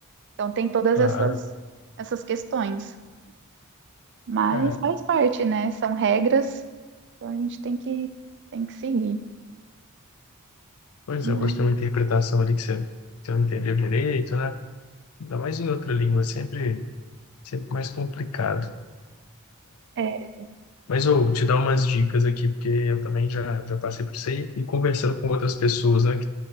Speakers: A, on the right; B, on the left.
A: Então tem todas
B: Claro.
A: essas, essas questões. Mas
B: É.
A: faz parte, né? São regras, então a gente tem que, tem que seguir.
B: Pois
A: Mas-
B: é, pode ter uma interpretação ali que você, que você não entendeu direito, né? Ainda mais em outra língua, é sempre, sempre mais complicado.
A: É,
B: Mas eu vou te dar umas dicas aqui, porque eu também já, já passei por isso aí, e conversando com outras pessoas, né, que